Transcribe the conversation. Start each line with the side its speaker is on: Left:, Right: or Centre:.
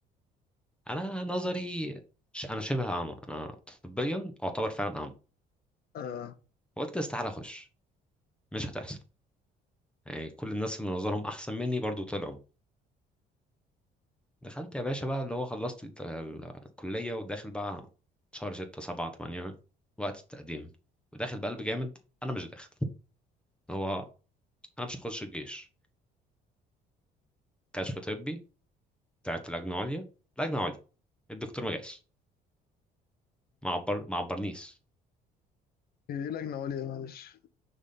Centre: انا نظري ش- انا شبه اعمى انا طبيا اعتبر فعلا اعمى
Left: آه
Centre: قلت استحاله اخش مش هتحصل يعني كل الناس اللي نظرهم احسن مني برضو طلعوا دخلت يا باشا بقى اللي هو خلصت ال- ال- الكليه وداخل بقى شهر 6 7 8 وقت التقديم وداخل بقلب جامد انا مش داخل هو انا مش هخش الجيش كشف طبي بتاعت لجنه عليا لجنه عليا الدكتور ما جاش ما عبر ما عبرنيش
Left: إيه لجنة عليا معلش